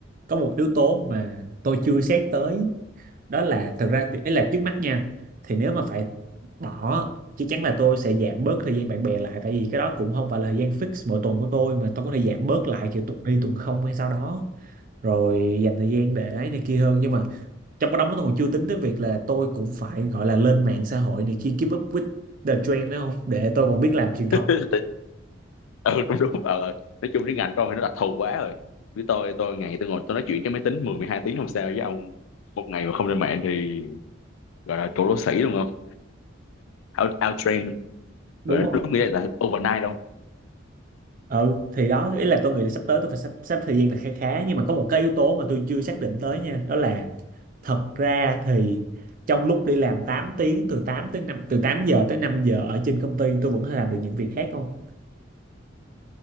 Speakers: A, on the right; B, on the left.
A: có một yếu tố mà tôi chưa xét tới đó là thật ra thì ấy là trước mắt nha thì nếu mà phải bỏ chắc chắn là tôi sẽ giảm bớt thời gian bạn bè lại tại vì cái đó cũng không phải là thời gian fix mỗi tuần của tôi mà tôi có thể giảm bớt lại kiểu tuần đi tuần không hay sao đó rồi dành thời gian để ấy này kia hơn nhưng mà trong cái đó tôi còn chưa tính tới việc là tôi cũng phải gọi là lên mạng xã hội này kia keep up with the trend đó không để tôi còn biết làm truyền thông
B: Ừ. ừ <laughs> cũng đúng ờ ờ. nói chung cái ngành tôi thì nó đặc thù quá rồi với tôi tôi ngày tôi ngồi tôi nói chuyện cái máy tính mười mười hai tiếng không sao với ông một ngày mà không lên mạng thì gọi là cổ lỗ sĩ đúng không out out train
A: đúng
B: gọi là
A: không
B: đúng nghĩa là overnight đâu
A: ừ thì đó ý là tôi nghĩ là sắp tới tôi phải sắp sắp thời gian là khá khá nhưng mà có một cái yếu tố mà tôi chưa xác định tới nha đó là thật ra thì trong lúc đi làm 8 tiếng từ 8 tới năm từ 8 giờ tới 5 giờ ở trên công ty tôi vẫn có thể làm được những việc khác không